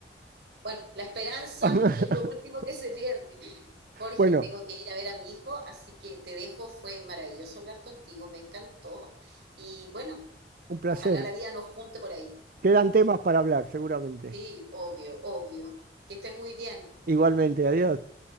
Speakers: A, on the right; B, on the right.
A: Bueno, la esperanza
B: <laughs>
A: es lo último que se pierde. Jorge,
B: Bueno,
A: tengo que ir a ver a mi hijo, así que te dejo. Fue maravilloso hablar contigo, me encantó. Y bueno,
B: un placer.
A: ojalá la vida nos junte por ahí.
B: Quedan temas para hablar, seguramente.
A: Sí, obvio, obvio. Que estés muy bien.
B: Igualmente, adiós.